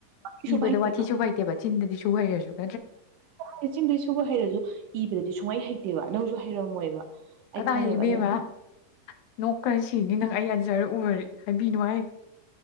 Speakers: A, on the right; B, on the left.
A: ꯋꯥꯔꯤ ꯁꯨꯕ
B: ꯏꯕꯗ
A: ꯍꯩꯇꯦꯕ
B: ꯋꯥꯊꯤ ꯁꯨꯕ ꯍꯩꯇꯦꯕ ꯆꯤꯟꯗꯗꯤ ꯁ ꯁꯨꯍꯩꯔꯁꯨ
A: ꯑꯁ ꯆꯤꯡꯗꯩ ꯁꯨꯕ ꯍꯩꯔꯁꯨ ꯏꯕꯗꯗꯤ ꯁꯨꯡꯃꯩ ꯍꯩꯇꯦꯕ ꯅꯪꯁꯨ ꯍꯩꯔꯝꯃꯣꯏꯕ ꯑꯩ
B: ꯀꯗꯥꯏ
A: ꯈꯪꯉꯦꯕ
B: ꯏꯕꯦꯝꯃ
A: ꯑꯗꯨ
B: ꯅꯣꯛ ꯈꯔ ꯁꯤꯅꯤ ꯅꯪ ꯑꯩ <unintelligible> ꯖꯔ ꯎꯃꯔꯤ <unintelligible> ꯍꯥꯏꯕꯤꯅꯨ ꯍꯥꯏ <unintelligible>